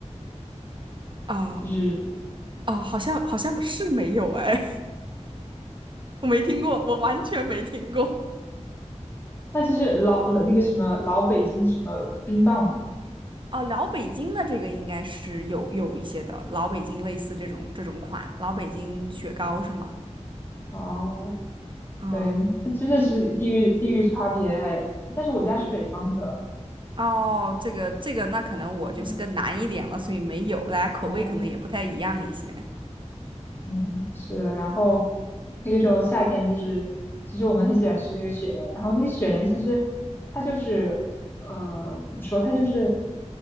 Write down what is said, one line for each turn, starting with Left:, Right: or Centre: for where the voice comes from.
Right: 啊
Left: 就是
Right: 哦，好像好像是没有哎，<laughs> 我没听过，我完全没听过。
Left: 那就是老那个什么老北京什么冰棒呢？
Right: 哦，老北京的这个应该是有有一些的，老北京类似这种这种款，老北京雪糕是吗？
Left: 哦，
Right: 啊。
Left: 对，那真的是地域地域差别哎。但是我家是北方的，
Right: 哦，这个这个，那可能我就是更难一点了，
Left: 嗯，
Right: 所以没有，大家口味可能也不太一样一些。
Left: 哦，嗯，是的。然后那个时候夏天就是，其实我们很喜欢吃那个雪莲。然后那个雪莲其实它就是，呃，怎么说？它就是